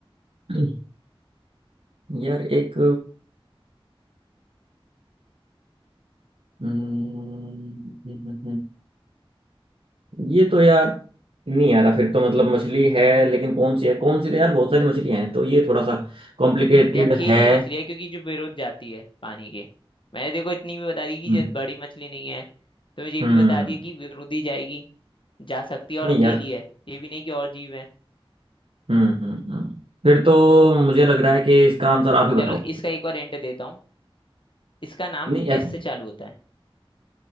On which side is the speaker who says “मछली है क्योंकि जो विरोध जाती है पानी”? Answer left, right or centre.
Left